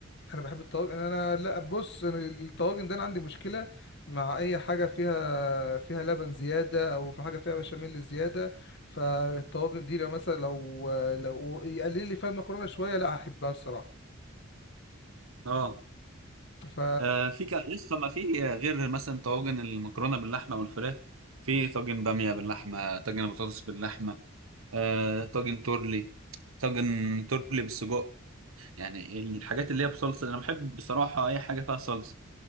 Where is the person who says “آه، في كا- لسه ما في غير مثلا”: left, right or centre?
Right